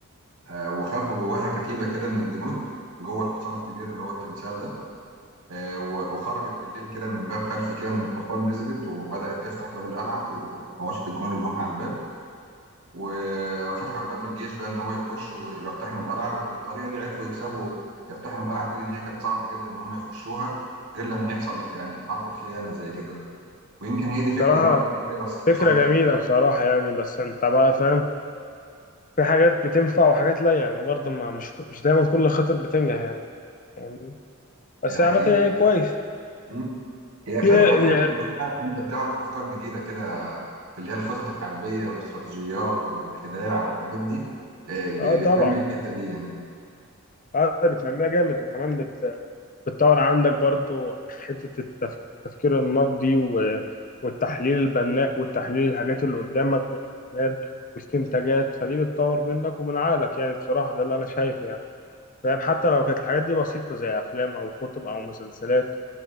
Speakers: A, on the right; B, on the left.
A: آه، وخبوا جواها كتيبة كده من الجنود جوه الحصان الكبير اللي هو التمثال ده آه، و- وخرجت بالليل كده من باب خلفي كده من الحصان نزلت وبدأت تفتح باب القلعة وموشت الجنود اللي هم على الباب و- وفتحوا الباب للجيش بقى إن هو يخش ويقتحم القلعة وبالطريقة دي عرفوا يكسبوا يقتحموا القلعة دي لأن هي كانت صعبة جدا إن هم يخشوها غير لما يحصل يعني حركة خيانة زي كده ويمكن هي دي فكرة
B: بصراحه
A: برضه فيروس
B: فكره
A: حصان طب
B: جميله بصراحه يعني بس انت بقى فاهم في حاجات بتنفع وحاجات لا يعني برضه ما مش مش دايما كل الخطط بتنجح يعني يعني بس
A: آه،
B: عامه
A: أكيد
B: يعني كويس
A: مم. هي الافلام
B: في-
A: الحربيه
B: إيه؟
A: كان ملوش حاجه في ان انت بتعرف افكار جديده كده في اللي هي الخطط الحربيه والاستراتيجيات والخداع والحاجات دي آه، ب-
B: اه طبعا
A: بتنمي الحته دي يعني
B: اه بتنميها جامد وكمان بتطور عندك برضو حتة التف- التفكير النقدي و- والتحليل البناء والتحليل الحاجات اللي قدامك والأعمال واستنتاجات فدي بتطور منك ومن عقلك يعني بصراحة ده اللي أنا شايفه يعني فاهم حتى لو كانت الحاجات دي بسيطة زي أفلام أو كتب أو مسلسلات